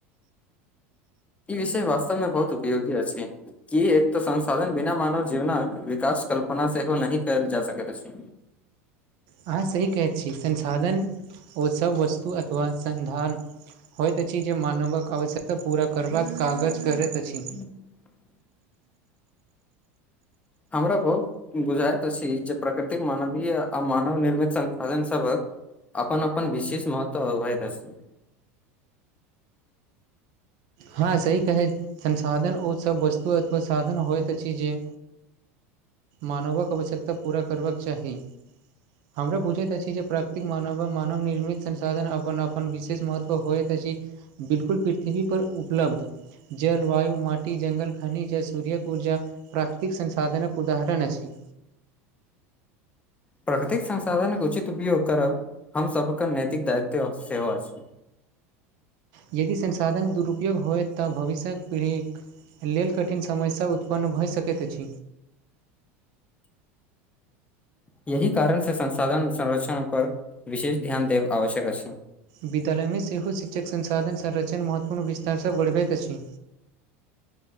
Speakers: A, on the left (about 15°); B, on the right (about 60°).
A: ई विषय वास्तवमे बहुत उपयोगी अछि। की एक तऽ संसाधन बिना मानव जीवनक विकास कल्पना सेहो नहि कयल जा सकैत अछि।
B: अहाँ सही कहैत छी संसाधन ओसभ वस्तु अथवा सन्धान होइत अछि जे मानवक आवश्यकता पूरा करबाक कागज करैत अछि।
A: <inaudible> हमरा बहुत बुझायइत अछि जे प्राकृतिक मानवीय आ मानव निर्मित संसाधन सभक अपन अपन विशेष महत्व अबैत अछि।
B: हँ सही कहैत संसाधन ओ सब वस्तु अथवा साधन होइत अछि जे मानवक आवश्यकता पूरा करबाक चाही। हमरा बुझैत अछि जे प्राकृतिक मानव आ मानव निर्मित संसाधन अपन अपन विशेष महत्व होयत अछि बिल्कुल पृथ्वी पर उपलब्ध जलवायु माटी जंगल खनिज सूर्यक ऊर्जा प्राकृतिक संसाधनक उदाहरण अछि।
A: प्रकृतिक संसाधन के उचित उपयोग करब हम सबके नैतिक दायित्व सेहो अइछ
B: यदि संसाधन के दुरुपयोग होय तऽ भविष्य्यक पीढ़ीके लेल कठिन समस्या उत्पन्न भऽ सकैत अइछ
A: यही कारण से संसाधन संरक्षण पर विशेष ध्यान देब आवश्यक अइछ
B: विद्यालयमें सेहो शिक्षक संसाधन संरक्षण महत्वपूर्ण विस्तारसँ बढ़बैत अछि